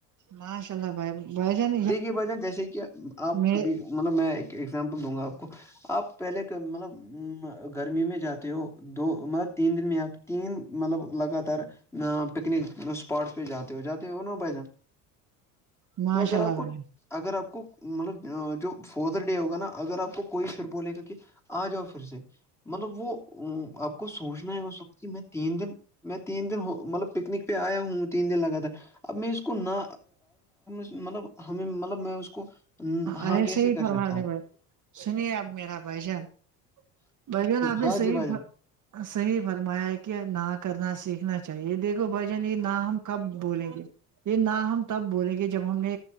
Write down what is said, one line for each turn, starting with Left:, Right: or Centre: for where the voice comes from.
Right: ماشاء اللہ بھائی بھائی جان
Centre: دیکی وجہ جیسے کہ آپ
Right: میں
Centre: کبھی مطلب میں ایک ایگزامپل دوں گا آپ کو آپ پہلے مطلب گرمی میں جاتے ہو دو مطلب تین دن میں آپ تین مطلب لگاتار پکنک اسپاٹس پہ جاتے ہو جاتے اورن بھ جان
Right: ماشاء
Centre: تو اگر
Right: اللہ
Centre: آپ کو
Right: بھائی جان
Centre: اگر آپ کو مطلب جو فادر ڈے ہوگا نا اگر آپ کو کوئی پھر بولے گا کہ آ جاؤ پھر سے مطلب وہ آپ کو سوچنا ہے اس وقت کہ میں تین دن میں تین دن ہو مطلب پکنک پہ آیا ہوں تین دن لگاتار اب میں اس کو نہ مطلب ہمیں مطلب میں اس کو ن- ہاں
Right: ارے
Centre: کیسے
Right: صحی
Centre: کر
Right: فرمار
Centre: سکتا
Right: نہیں
Centre: ہوں
Right: میں سنیے اپ میرا بھ جان بھ جن آپ
Centre: ہاں
Right: نے صحی
Centre: جی بھائی جان
Right: صحیح فرمایا ہے کہ نہ کرنا سیکھنا چاہیے دیکھو بھ جن یہ نہ ہم کب بولیں گے یہ نہ ہم تب بولیں گے جب ہم نے